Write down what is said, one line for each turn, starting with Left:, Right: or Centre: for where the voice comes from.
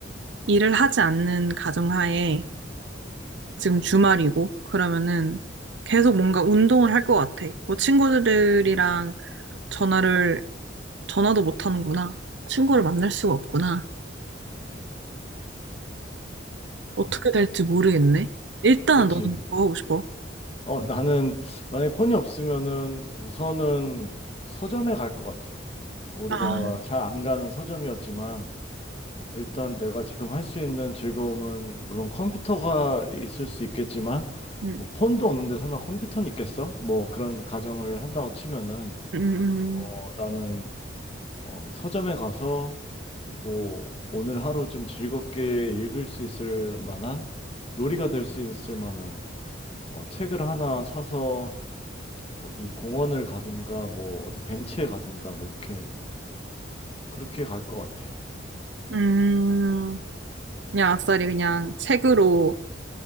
Right: 일을 하지 않는 가정하에 지금 주말이고, 그러면은 계속 뭔가 운동을 할 것 같아. 뭐 친구들이랑 전화를, 전화도 못 하는구나. 친구를 만날 수가 없구나. 어떻게
Left: 음.
Right: 될지 모르겠네. 일단
Left: 그렇지.
Right: 너는 뭐 하고 싶어?
Left: 어, 나는, 만약에 폰이 없으면은, 우선은 서점에 갈 것 같아. 우리가
Right: 아,
Left: 잘 안 가는 서점이었지만, 일단 내가 지금 할 수 있는 즐거움은 물론 컴퓨터가 있을 수 있겠지만
Right: 음,
Left: 뭐 폰도 없는데 설마 컴퓨터는 있겠어? 뭐 그런 가정을 한다고 치면은
Right: 음,
Left: 어 나는 어 서점에 가서 뭐 오늘 하루 좀 즐겁게 읽을 수 있을 만한 놀이가 될 수 있을 만한 어 책을 하나 사서 어디 공원을 가든가 뭐 어디 벤치에 가든가 뭐 이렇게 그렇게 갈 것 같아.
Right: 음, 음, 그냥 아싸리 그냥 책으로,